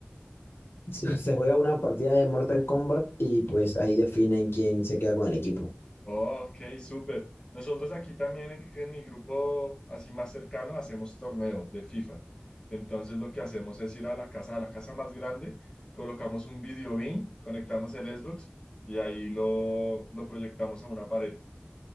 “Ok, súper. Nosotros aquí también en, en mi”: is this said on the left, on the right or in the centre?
Left